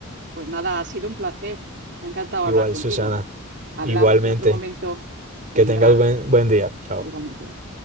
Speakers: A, on the right; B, on the right.
A: Pues nada, ha sido un placer. Me ha encantado
B: Igual,
A: hablar contigo.
B: Susana.
A: Hablamos
B: Igualmente.
A: en otro momento. Venga,
B: Que tengas buen, buen día. Chao.
A: igualmente.